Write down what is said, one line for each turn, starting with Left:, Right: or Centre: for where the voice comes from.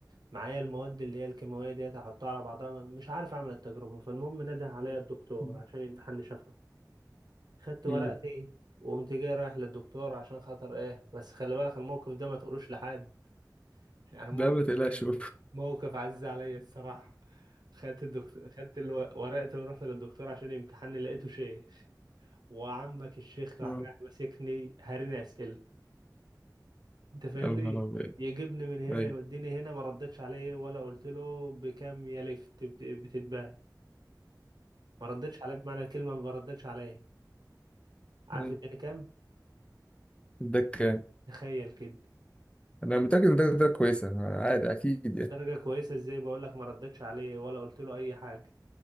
Right: معايا المواد اللي هي الكيماويه ديت احطها على بعضها مش عارف اعمل التجربه فالمهم نده عليا الدكتور
Left: مم.
Right: عشان يمتحنني شفوي خدت ورقتي
Left: مم.
Right: وقمت جاي رايح للدكتور عشان خاطر ايه بس خلي بالك الموقف ده ما تقولوش لحد يعني موقف
Left: لا ما تقلقش <laughs> أه،
Right: موقف عز عليا الصراحة خدت الدكتور خدت الو- ورقتي ورحت للدكتور عشان يمتحني لقيته شيخ وعمك الشيخ راح
Left: أه.
Right: رايح ماسكني هاريني أسئلة انت فاهمني
Left: يا نهار أبيض
Right: يجيبني من هنا
Left: أيوة
Right: يوديني هنا ما ردتش عليه ولا قلت له بكام يا لفت بت- بتتباع ما ردتش عليه بمعنى الكلمة ما ردتش عليه عارف
Left: أيوة
Right: اداني كام
Left: الدك كان
Right: تخيل كده
Left: أنا متأكد إن ده ده كويسة عادي أكيد يعني
Right: درجة كويسة ازاي بقول لك ما ردتش عليه ولا قلت له اي حاجة